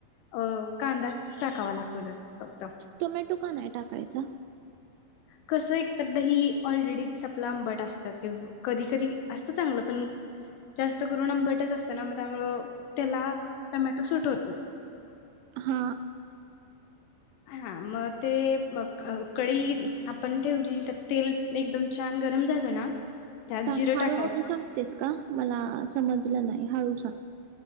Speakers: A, on the left (about 75°); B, on the right (about 85°).
A: अ कांदाच टाकावा लागतो त्यात फक्त.
B: टोमॅटो का नाही टाकायचा?
A: कसं एक तर दही ऑलरेडीच आपलं आंबट असतं. कि कधी कधी असतं चांगलं पण जास्त करून आंबटच असतं ना त्यामुळं त्याला टमॅटो सुट होत नाही.
B: हा
A: हा मग ते कढई आपण ठेवली, तर तेल एकदम छान गरम झालं ना त्यात
B: थांब
A: जिरं
B: हळूहळू
A: टाकायचं
B: सांगतेस का? मला समजलं नाही, हळू सांग.